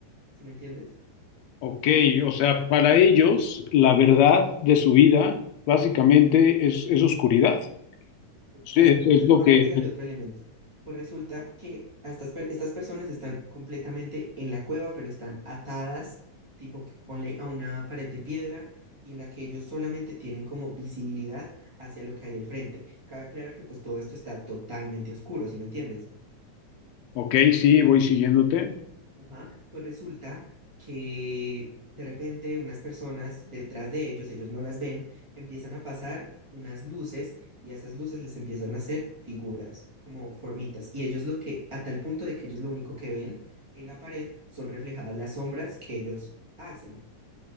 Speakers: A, on the right (about 20°); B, on the left (about 75°).
A: ¿Sí me entiendes?
B: Ok, o sea, para ellos la verdad de su vida básicamente es, es oscuridad.
A: Exacto.
B: Sí, es, es lo
A: Ahora
B: que...
A: agrégale otro elemento. Pues resulta que a estas, per- estas personas están completamente en la cueva, pero están atadas, tipo ponle a una pared de piedra y en la que ellos solamente tienen como visibilidad hacia lo que hay al frente. Cabe aclarar que pues todo esto está totalmente oscuro, ¿sí me entiendes?
B: Ok, sí, voy siguiéndote.
A: Ajá, Pues resulta que de repente unas personas detrás de ellos, ellos no las ven, empiezan a pasar unas luces y a esas luces les empiezan a hacer figuras, como formitas. Y ellos lo que, a tal punto de que ellos lo único que ven en la pared son reflejadas las sombras que ellos hacen.